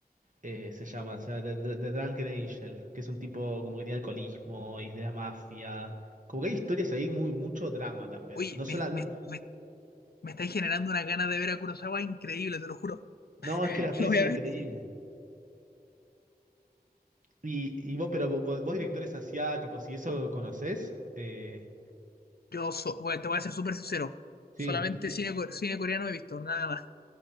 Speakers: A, on the right; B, on the left.
A: Eh, se llama, se llama The, The- The Drunken Angel, que es un tipo como que tiene alcoholismo y es de la mafia. Como que hay historias ahí, muy, mucho drama también.
B: Oye,
A: No,
B: me,
A: sola,
B: me,
A: no,
B: me, me estáis generando una ganas de ver a Kurosawa increíble, te lo juro. <laughs>
A: no, es que las pelis
B: Lo voy
A: son
B: a
A: increíbles.
B: ver. sí.
A: Y, y vos, pero vos, vos directores asiáticos y eso conocés? Eh,
B: Yo so- bueno, te voy a ser súper sincero.
A: sí.
B: Solamente cine, co- cine coreano he visto, nada más.